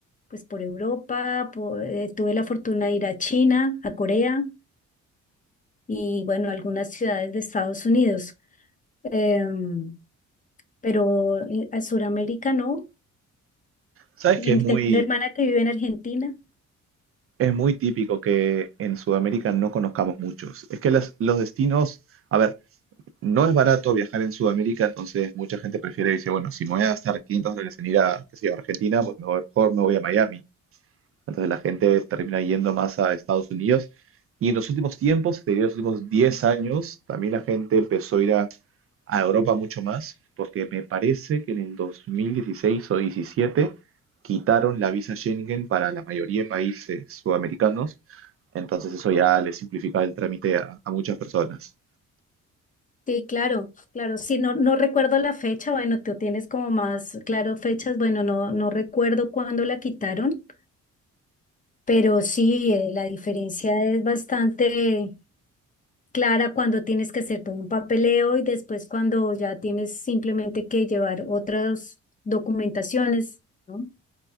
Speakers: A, on the left (about 25°); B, on the right (about 50°).
A: pues por Europa, por- eh, tuve la fortuna de ir a China, a Corea y bueno, algunas ciudades de Estados Unidos. Em, pero eh, a Sudamérica no.
B: Sabes
A: Y
B: que es
A: tengo
B: muy,
A: una hermana que vive en Argentina.
B: es muy típico que en Sudamérica no conozcamos muchos. Es que las- los destinos, a ver, no es barato viajar en Sudamérica, entonces mucha gente prefiere dice, bueno, si me voy a gastar 500 dólares en ir a, qué sé yo, Argentina, pues mejor, mejor me voy a Miami. Entonces la gente termina yendo más a Estados Unidos. Y en los últimos tiempos, te diría los últimos 10 años, también la gente empezó a ir a a Europa mucho más, porque me parece que en el 2016 o 17 quitaron la visa Schengen para la mayoría de países sudamericanos, entonces eso ya le simplifica el trámite a, a muchas personas.
A: Sí, claro, claro. Sí, no, no recuerdo la fecha. Bueno, tú tienes como más claro fechas. Bueno, no, no recuerdo cuándo la quitaron, pero sí, eh, la diferencia es bastante clara cuando tienes que hacer todo un papeleo y después cuando ya tienes simplemente que llevar otras documentaciones. ¿no?